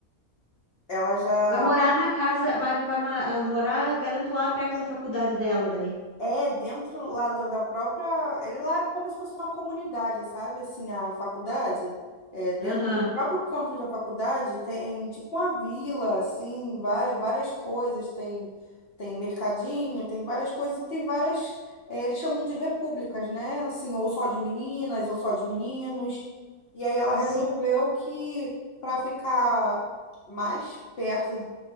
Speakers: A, on the left; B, on the right.
A: ela já
B: vai morar na casa, vai, vai ma- ah, morar, garanto, lá perto da faculdade dela daí.
A: É, dentro lá da, da própria. Ele lá é como se fosse uma comunidade, sabe? Assim, a faculdade. É, dentro
B: Aham.
A: do próprio campus da faculdade tem tipo uma vila, assim, várias, várias coisas. Tem, tem mercadinho, tem várias coisas, e tem várias. é, eles chamam de repúblicas, né? Assim, ou só de meninas, ou só de meninos. E aí ela
B: Sim.
A: resolveu que para ficar mais perto